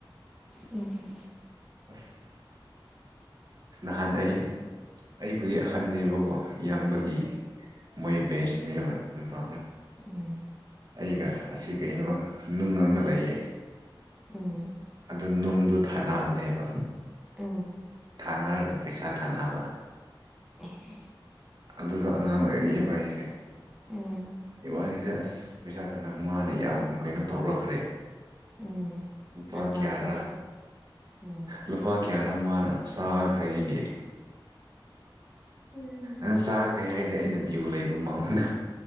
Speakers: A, in the centre; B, on the right (about 50°).
A: ꯎꯝ
B: <inaudible> ꯑ ꯅꯍꯥꯟ ꯑꯩ ꯑꯩꯕꯨꯗꯤ ꯑꯍꯟꯅꯦꯕꯀꯣ ꯏꯌꯥꯝꯕꯒꯤ
A: ꯎꯝ
B: ꯃꯣꯏꯕꯦꯁꯅꯦꯕ ꯅꯕ꯭ꯔ
A: ꯎꯝ
B: ꯑꯩꯒ ꯑꯁꯤ ꯀꯩꯅꯣ ꯅꯨꯡ ꯑꯃ ꯂꯩꯌꯦ
A: ꯎꯝ
B: ꯑꯗꯨ ꯅꯨꯡꯗꯨ ꯊꯥꯅꯕꯅꯦꯕ
A: ꯑ
B: ꯀꯥꯟꯅꯔꯒ ꯄꯩꯁꯥ ꯊꯥꯅꯕ
A: ꯏꯁꯁ
B: ꯑꯗꯨꯗꯣ ꯑꯉꯥꯡ ꯑꯣꯏꯔꯛꯑꯦꯕ ꯑꯩꯁꯦ
A: ꯎꯝ
B: ꯏꯕꯥꯅꯤꯁꯦ ꯑꯁ ꯄꯩꯁꯥ ꯇꯅ ꯃꯥꯅ ꯌꯥꯝ ꯀꯩꯅꯣ ꯇꯧꯔꯛꯈ꯭ꯔꯦ
A: ꯎꯝ
B: ꯂꯨꯄꯥ
A: ꯉꯝꯃꯛꯈ꯭ꯔꯦ
B: ꯀꯔꯥ
A: ꯎꯝ
B: ꯂꯨꯄꯥ ꯀꯌꯥꯔ ꯃꯥꯅ ꯆꯥꯈ꯭ꯔꯦ ꯑꯩꯒꯤ
A: ꯎꯝ
B: ꯅꯪ ꯆꯥꯈ꯭ꯔꯦ ꯍꯥꯏꯔꯗꯤꯦ ꯑꯩꯅ ꯗꯤꯌꯨ ꯂꯩꯕ ꯃꯎꯟꯗ